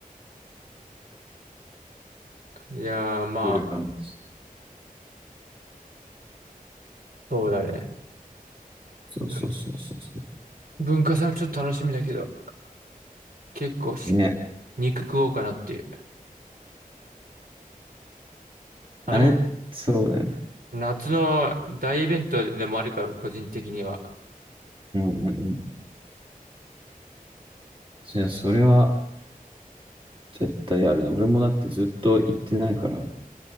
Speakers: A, on the right; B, on the right.
A: いやーまあ、
B: ウるかも
A: そうだね。
B: そうそうそうそうそ
A: ぶ文化祭もちょっと楽しみだけど、結構し
B: う。ね。
A: 肉食おうかなっていう。あれも
B: あれ、そうだよね。
A: 夏の大イベントでもあるから、個人的には。
B: うんうんうん。いやそれは絶対あるの。俺もだってずっと行ってないから、